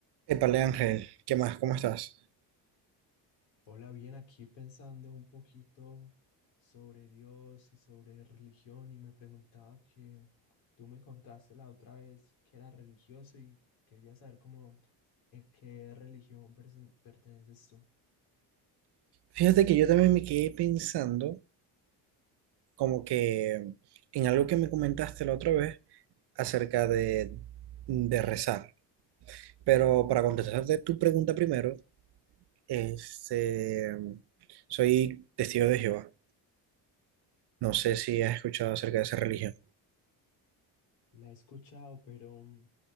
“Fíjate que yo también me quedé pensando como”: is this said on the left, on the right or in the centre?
Right